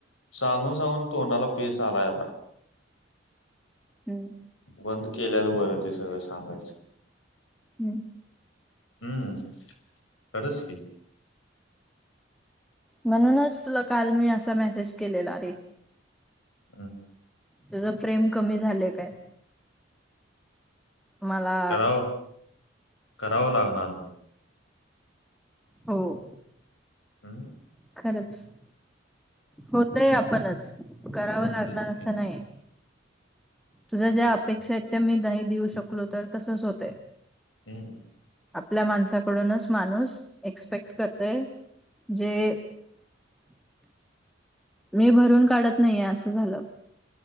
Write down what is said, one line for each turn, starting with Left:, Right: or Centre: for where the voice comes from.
Left: सांगून सांगून तोंडाला फेस आलाय आता.
Centre: हम्म.
Left: बंद केल्यालं बरं ते सगळं सांगायचं.
Centre: हम्म.
Left: हम्म खरंच की.
Centre: म्हणूनच तुला काल मी असा मेसेज केलेला रे.
Left: हम.
Centre: तुझं प्रेम कमी झालंय काय? मला
Left: करावं करावं लागणार मग.
Centre: हो..
Left: हंम
Centre: खरंच होतय आपणच करावं लागणार
Left: तेच
Centre: असं
Left: की
Centre: नाही. तुझ्या ज्या
Left: तेच
Centre: अपेक्षा
Left: तेच
Centre: आहेत त्या मी नाही देऊ शकलो तर तसच होतय.
Left: हम्म
Centre: आपल्या माणसाकडूनच माणूस एक्सपेक्ट करते जे <inaudible> मी भरून काढत नाही आहे अस झालं